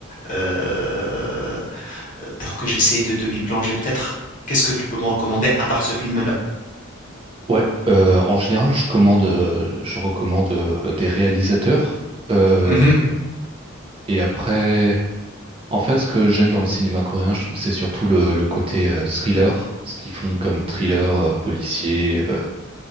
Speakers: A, on the left (about 40°); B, on the right (about 25°).
A: heu, pour que j'essaye de de m'y plonger peut-être? Qu'est-ce que tu peux me recommander à part ce film-là?
B: Ouais, euh, en général, je commande, euh, je recommande euh, des réalisateurs. Euh,
A: Mmh mh.
B: et après. En fait, ce que j'aime dans le cinéma coréen, je trouve que c'est surtout le, le côté euh, thriller, ce qu'ils font comme thriller euh, policier, euh,